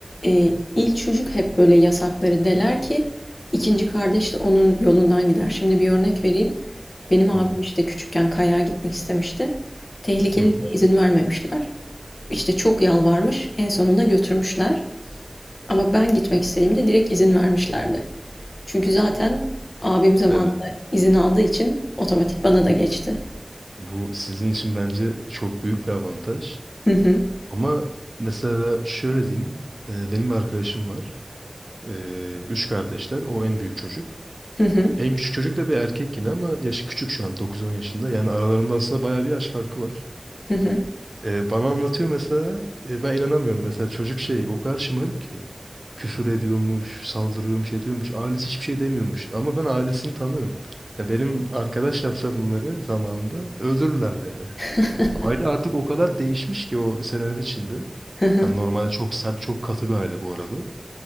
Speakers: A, on the left; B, on the right.
A: e, ilk çocuk hep böyle yasakları deler ki ikinci kardeş de onun yolundan gider. Şimdi bir örnek vereyim. Benim abim
B: Hı hı.
A: işte küçükken kayağa gitmek istemişti. Tehlikeli
B: Hı hı.
A: diye izin vermemişler. İşte çok yalvarmış. En sonunda götürmüşler. Ama ben gitmek istediğimde direkt izin vermişlerdi. Çünkü zaten abim zamanında
B: Evet.
A: izin aldığı için otomatik bana da geçti.
B: Bu sizin için bence çok büyük bir avantaj.
A: Hı hı,
B: Ama mesela şöyle diyeyim. e, Benim bir arkadaşım var. E, Üç kardeşler. O en büyük çocuk.
A: hı hı,
B: En küçük çocuk da bir erkek yine ama yaşı küçük şu an dokuz on yaşında. Yani aralarında aslında bayağı bir yaş farkı var.
A: hı hı.
B: E, bana anlatıyor mesela e, ben inanamıyorum. Mesela çocuk şey o kadar şımarık ki küfür ediyormuş, saldırıyormuş, ediyormuş. Ailesi hiçbir şey demiyormuş ama ben ailesini tanıyorum. Ya benim arkadaş yapsa bunları zamanında öldürürlerdi yani.
A: <laughs>
B: Aile artık o kadar değişmiş ki o seneler içinde.
A: Hı hı.
B: Hani normalde çok sert, çok katı bir aile bu arada.